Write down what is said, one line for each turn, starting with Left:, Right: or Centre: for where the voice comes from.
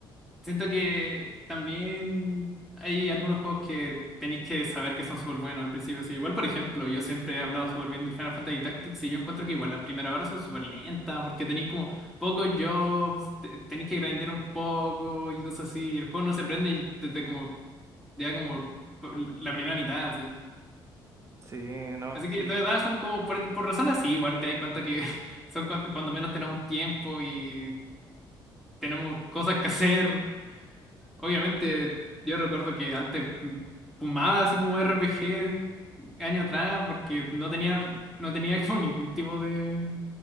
Centre: siento que también hay algunos juegos que tenéis que saber que son súper buenos al principio. Así, igual, por ejemplo, yo siempre he hablado súper bien del Final Fantasy Tactics y yo encuentro que igual las primeras horas son súper lentas porque tenéis como pocos jobs, te- tenéis que grindear un poco y cosas así, y el juego no se prende desde como ya como la primera mitad,
Right: Sí, no,
Centre: Así
Right: sí.
Centre: que de verdad son como, por, por razones así, igual te das cuenta que <laughs> son cuan- cuando, menos tenemos tiempo y tenemos cosas que hacer. Obviamente, yo recuerdo que antes mm, fumaba así como RPG años atrás porque no tenía, no tenía <laughs> como ningún tipo de